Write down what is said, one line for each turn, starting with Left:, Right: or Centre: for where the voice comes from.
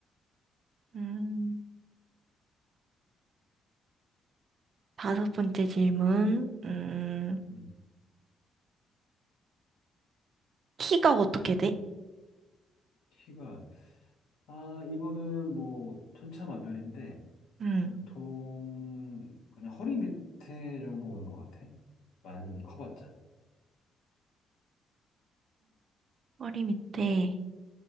Right: 음, 다섯 번째 질문. 음,
Left: 음.
Right: 키가 어떻게 돼?
Left: 키가, 아, 이거는 뭐, 천차만별인데,
Right: 음.
Left: 보통 그냥 허리 밑에 정도 오는 것 같아. 많이 커봤자.
Right: 허리 밑에.